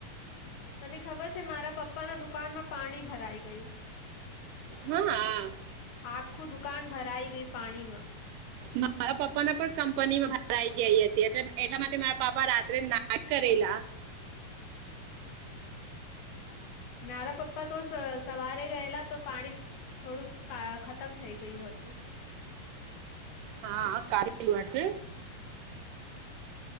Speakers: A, on the left; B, on the right.
A: તને ખબર છે મારા પપ્પા ના દુકાનમાં પાણી ભરાઈ ગયું.
B: હા હ.
A: આખું દુકાન ભરાઈ ગયું પાણીમાં
B: મારા પપ્પા ના પણ કંપનીમાં બહારઈ ગયા હતી એટલા માટે મારા પાપ્પા રાત્રે નાક કરેલા.
A: મારા પપ્પા તો સવારે ગયેલા તો પાણી થોડુંક ખતમ થઈ ગયું હતું
B: હા કાલું હશે.
A: <inaudible>